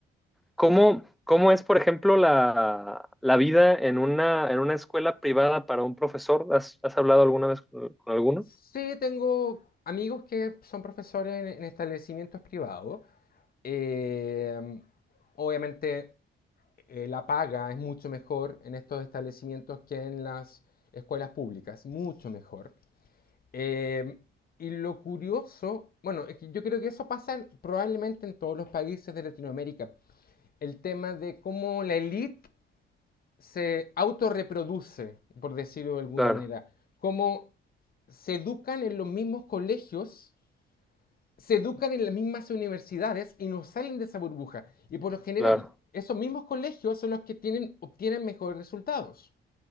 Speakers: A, in the centre; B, on the left.
A: ¿cómo, cómo es, por ejemplo, la, la vida en una, en una escuela privada para un profesor? ¿Has, has hablado alguna vez con con alguno?
B: Sí, tengo amigos que son profesores en, en establecimientos privados. Eh, obviamente eh, la paga es mucho mejor en estos establecimientos que en las escuelas públicas, mucho mejor. Eh, y lo curioso, bueno, es que yo creo que eso pasa probablemente en todos los países de Latinoamérica, el tema de cómo la élite se autorreproduce, por decirlo de alguna
A: Claro,
B: manera, cómo se educan en los mismos colegios se educan en las mismas universidades y no salen de esa burbuja. Y por lo general,
A: claro,
B: esos mismos colegios son los que tienen, obtienen mejores resultados.